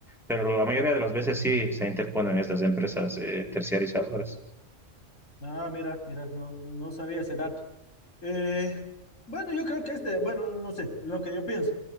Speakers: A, in the centre; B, on the left (about 85°).
A: pero la mayoría de las veces sí se interponen estas empresas eh, terciarizadoras.
B: Ah, mira, mira, no, no sabía ese dato. Eh, bueno, yo creo que este, bueno, no sé, lo que yo pienso.